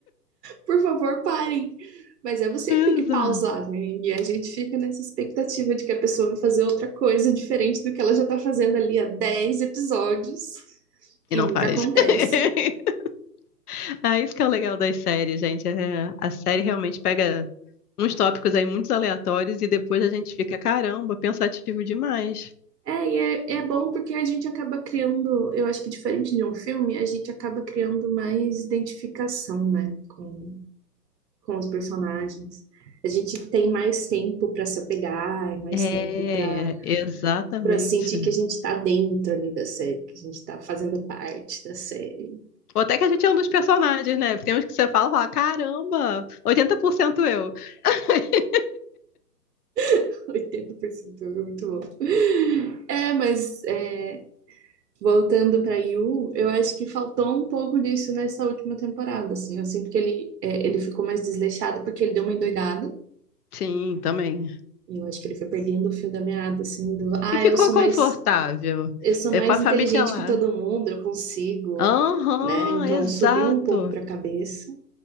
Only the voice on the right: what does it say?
por favor, parem. Mas é você
que tem que pausar, né? E a gente fica nessa expectativa de que a pessoa vai fazer outra coisa diferente do que ela já tá fazendo ali há 10 episódios
e
nunca
acontece.
É, e é, é bom porque a gente acaba criando, eu acho que diferente de um filme, a gente acaba criando mais identificação, né, com, com os personagens. A gente tem mais tempo para se apegar, mais
tempo para
para sentir que a gente está dentro ali da série, que a gente está fazendo parte da série.
<laughs> 80% é muito bom. É, mas é, voltando para Yu, eu acho que faltou um pouco disso nessa última temporada, assim. Eu sinto que ele, é, ele ficou mais desleixado porque ele deu uma endoidada.
E eu acho que ele foi perdendo o fio da meada, assim, do, ah,
eu sou mais,
eu sou
mais
inteligente
que todo mundo, eu consigo,
né? Então
subiu um pouco para a cabeça.